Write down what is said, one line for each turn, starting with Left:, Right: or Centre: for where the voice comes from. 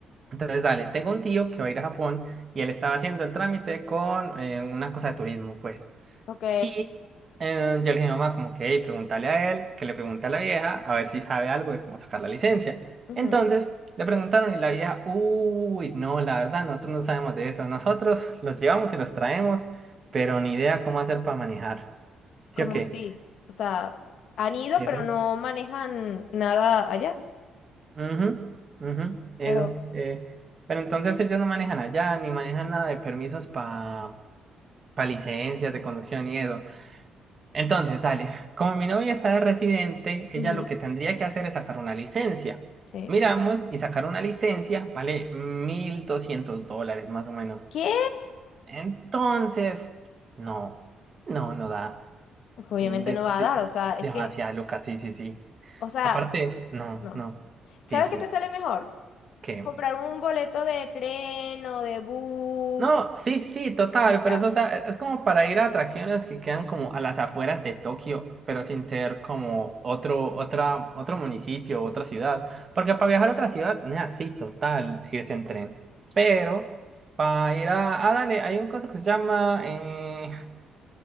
Right: Entonces, dale, tengo un tío que va a ir a Japón y él estaba haciendo el trámite con eh, una cosa de turismo, pues.
Left: Ok.
Right: Y eh, yo le dije a mi mamá, como que, hey, pregúntale a él, que le pregunte a la vieja, a ver si sabe algo de cómo sacar la licencia.
Left: ujú,
Right: Entonces, le preguntaron y la vieja, uy, no, la verdad, nosotros no sabemos de eso. Nosotros los llevamos y los traemos, pero ni idea cómo hacer para manejar.
Left: Como
Right: ¿Sí o qué?
Left: si, o sea, han ido,
Right: Y
Left: pero no manejan nada allá.
Right: "Ujú, ujú, eso.
Left: Pero,
Right: eh". Pero entonces ellos no manejan allá, ni manejan nada de permisos para licencias de conducción y eso. Entonces, dale, como mi novia está de residente, ella
Left: ujú,
Right: lo que tendría que hacer es sacar una licencia.
Left: sí.
Right: Miramos y sacar una licencia vale 1.200 dólares más o menos.
Left: ¿Qué?
Right: Entonces, no, no, no da.
Left: Obviamente
Right: De-
Left: no va
Right: de-
Left: a dar, o sea, es
Right: demasiado,
Left: que,
Right: Lucas, sí, sí, sí.
Left: o sea,
Right: Aparte, no,
Left: no.
Right: no,
Left: ¿Sabes
Right: sí, sí,
Left: qué te sale mejor?
Right: ¿qué?
Left: comprar un boleto de tren o de bus
Right: No, sí, sí, total,
Left: y ya.
Right: pero eso, o sea, es como para ir a atracciones que quedan como a las afueras de Tokio, pero sin ser como otro, otra, otro municipio, otra ciudad, porque para viajar a otra ciudad, nea, sí, total, irse en tren, pero para ir a, ah, dale, hay un cosa que se llama, eh,